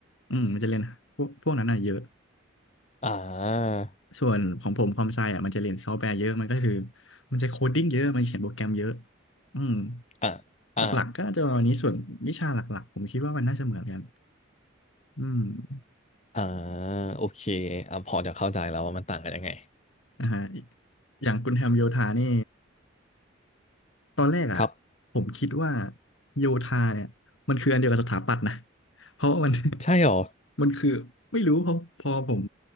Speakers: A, on the left; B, on the left.
A: อืมมันจะเรียนพวกพวกนั้นอ่ะเยอะ
B: อ่า
A: ส่วนของผมความไซอ่ะมันจะเรียนซอฟต์แวร์เยอะ มันก็คือมันจะโคดดิ้งเยอะมันเขียนโปรแกรมเยอะอืม
B: อ่าอ่า
A: หลักๆก็น่าจะประมาณนี้ส่วนวิชาหลักๆผมคิดว่ามันน่าจะเหมือนกันอืม
B: อ่าโอเคอ่ะพอจะเข้าใจแล้วว่ามันต่างกันยังไง
A: อ่าฮะอย่างคุณแฮมโยธานี่ ตอนแรกอ่ะ
B: ครับ
A: ผมคิดว่าโยธาเนี่ยมันคืออันเดียวกับสถาปัตย์นะ <laughs> เพราะว่ามัน
B: ใช่เหรอ
A: <laughs> มันคือไม่รู้เพอพอผม